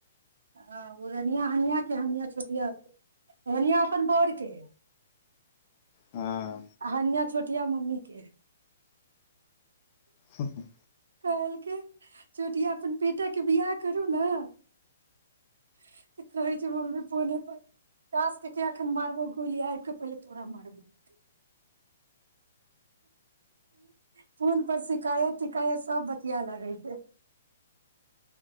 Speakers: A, on the right (about 85°); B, on the left (about 35°).
A: हँ उ रनियां अनियां रनियां छोटिया के रनियां अपन बरके
B: हँ
A: आ हनियां छोटिया मम्मी के
B: हूँ हूँह
A: कहलकै छोटिया अपन बी टेक के बियाह करू ने त कहै छै मम्मी पने पर तास क एखन मारबो कुल आरके पहिले तोरा मारबौ उं फोन पर शिकायत तिकायत सभ बतिया लागै छै